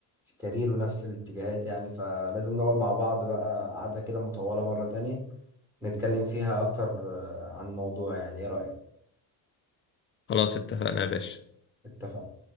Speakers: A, in the centre; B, on the left.
A: الكارير ونفس الاتجاهات يعني فلازم نقعد مع بعض بقى قعدة كده مطولة مرة تانية نتكلم فيها أكتر آه، عن الموضوع يعني إيه رأيك؟
B: خلاص اتفقنا يا باشا
A: اتفق